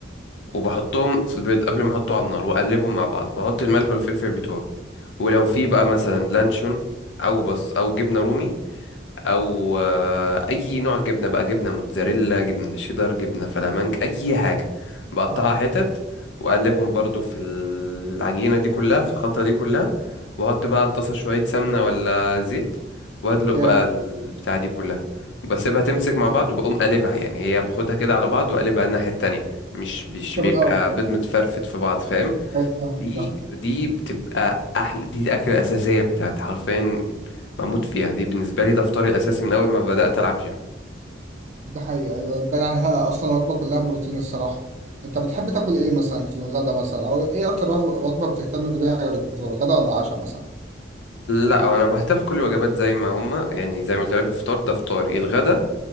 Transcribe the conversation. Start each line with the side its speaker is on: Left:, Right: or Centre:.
Left: وبحطهم في البيض قبل ما احطه على النار واقلبهم مع بعض واحط الملح والفلفل بتوعي ولو في بقى مثلا لانشون او بس او جبنه رومي او آه، اي نوع جبنه بقى جبنه موتزاريلا جبنه شيدر جبنه فلامنك اي حاجه بقطعها
Right: اه
Left: حتت واقلبهم برضو في العجينه دي كلها في الخلطه دي كلها واحط بقى على الطاسه شويه سمنه ولا زيت وادلق
Right: جامد
Left: بقى البتاع دي كلها وبسيبها تمسك مع بعض وبقوم قلبها يعني هي باخدها كده على بعض وقلبها الناحيه التانية مش مش
Right: جامد
Left: بيبقى
Right: قوي
Left: بيض متفرفت في بعض فاهم
Right: ايوه فاهمك
Left: دي
Right: فاهم
Left: دي بتبقى احلى دي الاكله الاساسيه بتاعتي حرفيا بموت فيها دي بالنسبة لي ده فطاري الأساسي من أول ما بدأت ألعب جيم
Right: ده حقيقي أيوة، بان عنها اصلا وجبه كلها بروتين الصراحه انت بتحب تاكل ايه مثلا في الغدا مثلا او ايه اكتر وجبه بتهتم بيها غير الفطار غدا ولا عشاء مثلا
Left: لا أنا بهتف كل الوجبات زي ما هما يعني زي ما قلت لك الفطار ده فطاري الغدا